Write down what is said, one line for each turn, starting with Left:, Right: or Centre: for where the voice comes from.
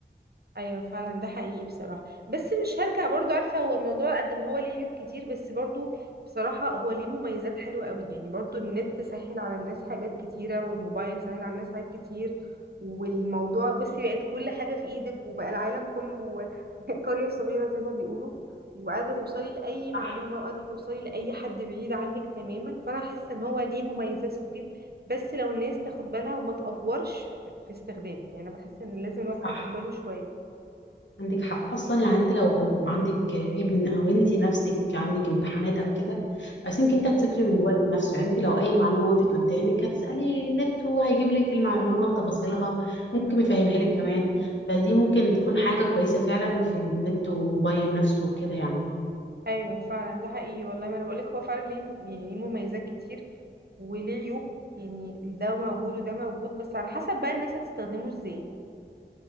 Right: ايوه فعلا ده حقيقي بصراحه بس مش هرجع برضو عارفه هو الموضوع قد ما هو ليه عيوب كتير بس برضو بصراحه هو ليه مميزات حلوه قوي يعني برضو النت سهل على الناس حاجات كتيره والموبايل سهل على الناس حاجات كتير والموضوع بصي بقت كل حاجه في ايدك وبقى العالم كله <laughs> قريه صغيره زي ما بيقولوا وقادره توصلي لاي معلومه
Left: صح
Right: وقادره توصلي لاي حد بعيد عنك تماما فانا حاسه ان هو ليه مميزات كتير بس لو الناس تاخد بالها وما تأفورش في في استخدامه يعني انا بحس ان لازم الواحد
Left: صح
Right: ياخد باله شويه
Left: عندك حق اصلا يعني انت لو عندك ابن او انت نفسك عندك امتحانات او كده عايزينك
Right: مم.
Left: انت تذاكري من الموبايل نفسه يعني انت لو اي معلومه وقفت قدامك هتسالي النت وهيجيب لك المعلومه بتفاصيلها ممكن يفهمها لك كمان فدي ممكن تكون حاجه كويسه فعلا في النت والموبايل نفسه وكده يعني
Right: ايوه فعلا ده حقيقي والله ما انا بقولك هو فعلا ليه يعني ليه مميزات كتير وليه عيوب يعني ده موجود وده موجود بس على حسب بقى الناس هتستخدمه ازاي